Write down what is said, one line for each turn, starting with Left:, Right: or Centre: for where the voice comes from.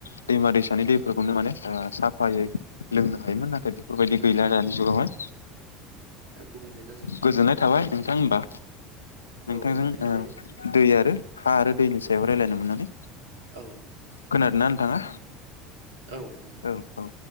Left: दैमा दैसानि दैफोरखौनो माने ओ साफायै लोंनो हायोमोन नाथाय बेफोरबायदि गैला
Right: हायोमोन
Left: दानि जुगावहाय
Right: नाथाय
Left: ओ
Right: दा गुबुंले जाजोबबाय
Left: गोजोननाय थाबाय
Right: बुंनो
Left: नोंथां
Right: थाङोब्ला
Left: होमबा नोंथांजों
Right: औ गोजोननाय थाबाय
Left: ओ
Right: दे
Left: दै आरो हा आरो दैनि सायाव रायज्लायनो मोननानै
Right: औ
Left: खोनादोंना नोंथाङा
Right: औ नोंथां
Left: औ औ